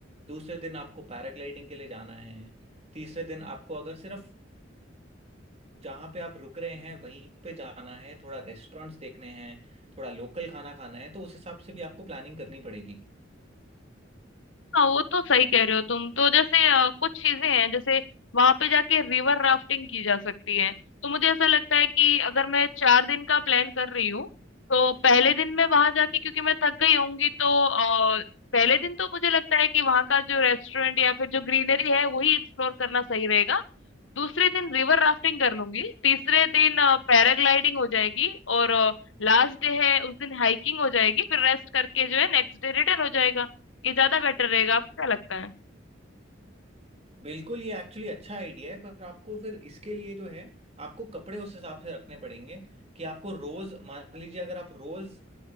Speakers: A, on the right; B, on the left.
A: दूसरे दिन आपको पैराग्लाइडिंग के लिए जाना है तीसरे दिन आपको अगर सिर्फ जहाँ पे आप रुक रहे हैं वहीं पे जाना है थोड़ा रेस्टोरेंट्स देखने हैं थोड़ा लोकल खाना खाना है तो उस हिसाब से भी आपको प्लानिंग करनी पड़ेगी
B: हाँ वो तो सही कह रहे हो तुम तो जैसे अ, कुछ चीजें हैं जैसे वहां पे जाके रिवर राफ्टिंग की जा सकती है तो मुझे ऐसा लगता है कि अगर मैं चार दिन का प्लान कर रही हूँ तो पहले दिन मैं वहां जाके क्योंकि मैं थक गई होंगी तो अ, पहले दिन तो मुझे लगता है कि वहां का जो रेस्टोरेंट या फिर जो ग्रीनरी है वही एक्सप्लोर करना सही रहेगा दूसरे दिन रिवर राफ्टिंग कर लूंगी तीसरे दिन पैराग्लाइडिंग हो जाएगी और लास्ट डे है उस दिन हाइकिंग हो जाएगी फिर रेस्ट करके जो है नेक्स्ट डे रिटर्न हो जाएगा ये ज्यादा बेटर रहेगा आपको क्या लगता है
A: बिल्कुल ये एक्चुअली अच्छा आइडिया है पर आपको फिर इसके लिए जो है आपको कपड़े उस हिसाब से रखने पड़ेंगे कि आपको रोज मान लीजिए अगर आप रोज